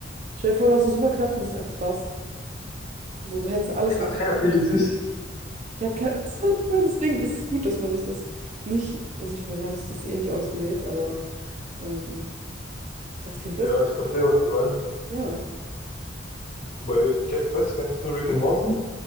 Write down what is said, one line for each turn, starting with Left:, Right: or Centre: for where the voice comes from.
Right: Stell dir vor, du hast eine Superkraft und das ist einfach das. Also du hättest alles
Left: <laughs>
Right: haben.
Left: Sehr viele sich.
Right: Ja, kann, so ist es. deswegen ist es gut, dass man sich das nicht, also ich meine, wir haben es jetzt eh nicht ausgewählt, aber ähm, als Kind wäre
Left: Ja,
Right: es,
Left: ich verstehe, was du meinst.
Right: ja.
Left: Weil ich, kenn- ich weiß nicht, kennst du Rick and Morty?